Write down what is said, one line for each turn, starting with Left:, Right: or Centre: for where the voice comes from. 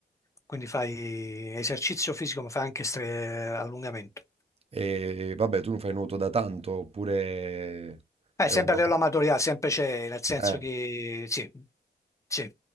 Left: quindi fai esercizio fisico, ma fai anche stre- allungamento.
Right: E vabbè, tu non fai nuoto da tanto, oppure
Left: Eh,
Right: è
Left: sempre
Right: una cosa...
Left: a livello amatoriale, sempre c'è, nel senso
Right: Eh.
Left: che sì, sì.